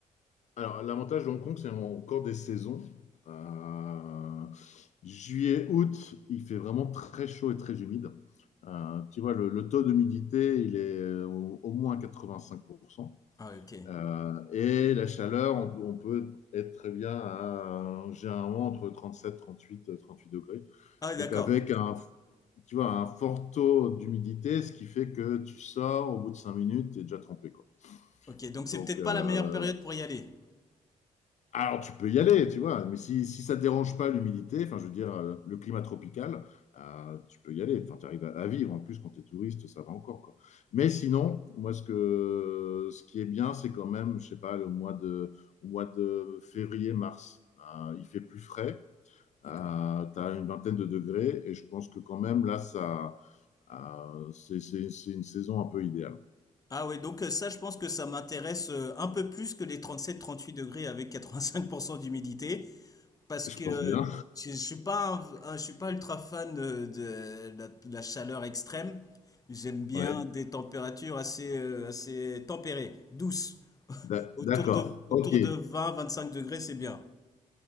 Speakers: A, on the left (about 60°); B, on the left (about 25°).
A: Alors, l'avantage de Hong Kong, c'est encore des saisons. Euh, juillet, août, il fait vraiment très chaud et très humide. Euh, tu vois, le, le taux d'humidité, il est euh, au, au moins 85%.
B: Ah, ok.
A: Euh, et la chaleur, on peut, on peut être très bien à, généralement entre 37, 38, euh, 38 degrés.
B: Ah, d'accord.
A: Donc avec un, tu vois, un fort taux d'humidité, ce qui fait que tu sors, au bout de 5 minutes, tu es déjà trempé, quoi.
B: Ok, donc
A: Donc,
B: c'est peut-être
A: euh,
B: pas la meilleure période pour y aller.
A: alors tu peux y aller, tu vois, mais si, si ça te dérange pas l'humidité, enfin je veux dire euh, le climat tropical, euh, tu peux y aller, enfin tu arrives à, à vivre, en plus quand tu es touriste, ça va encore quoi. Mais sinon, moi ce que ce qui est bien, c'est quand même, je sais pas, le mois de au mois de février, mars, euh, il fait plus frais, euh,
B: D'accord.
A: tu une vingtaine de degrés et je pense que quand même là ça euh, c'est c'est c'est une saison un peu idéale.
B: Ah oui, donc euh, ça, je pense que ça m'intéresse euh, un peu plus que les trente-sept trente-huit degrés avec 85% d'humidité. Parce
A: Je
B: que
A: pense bien.
B: je, je suis pas un- un- je suis pas ultra fan euh, de la, la chaleur extrême. J'aime bien
A: Ouais.
B: des températures assez, euh, assez tempérées, douces. <laughs>
A: D'a-
B: Autour
A: D'accord.
B: de, autour
A: OK.
B: de 20-25 degrés, c'est bien.